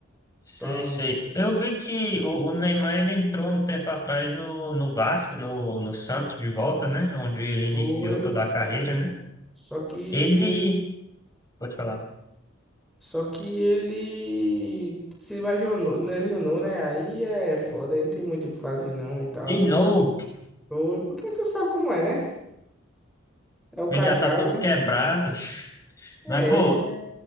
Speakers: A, on the left; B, in the centre.
A: Sei,
B: tão
A: sei. Eu vi que o, o Neymar ele entrou um tempo atrás no, no Vasco, no, no Santos de volta, né? Onde ele iniciou
B: foi.
A: toda a carreira, né?
B: Só que
A: Ele,
B: ele,
A: pode falar,
B: só que ele se lesionou, lesionou, né? Aí é foda, aí não tem muito o que fazer não e tal.
A: de novo,
B: Foi porque tu sabe como é, né? É
A: o
B: o
A: bicho
B: Caicai,
A: já tá todo
B: né?
A: quebrado. <laughs> Mas,
B: É,
A: pô,
B: ele